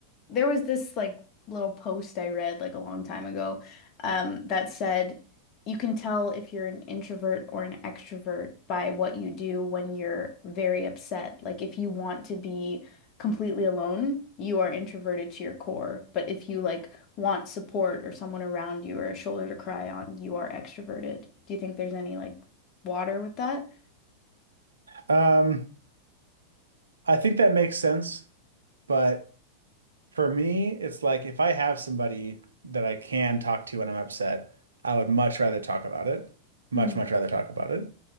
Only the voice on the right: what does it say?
Um, I think that makes sense, but for me, it's like if I have somebody that I can talk to when I'm upset, I would much rather talk about it. Much,
much rather talk about it.